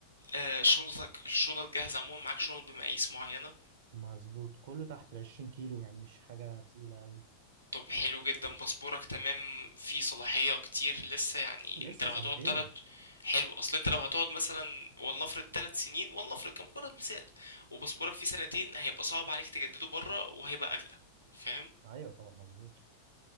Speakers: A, on the left; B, on the right.
A: آه، شنطك الشنط جاهزة عموما معاك شنط بمقاييس معينة
B: مظبوط كله تحت العشرين كيلو يعني مش حاجة تقيلة أوي
A: طب حلو جدا باسبورك تمام فيه صلاحية كتير لسه يعني
B: لسه
A: انت لو
B: سنتين
A: هتقعد تلت حلو اصل انت لو هتقعد مثلا ولنفرض تلت سنين ولنفرض كمجرد مثال وباسبورك فيه سنتين هيبقى صعب عليك تجدده بره وهيبقى اغلى فاهم
B: أيوة طبعا مظبوط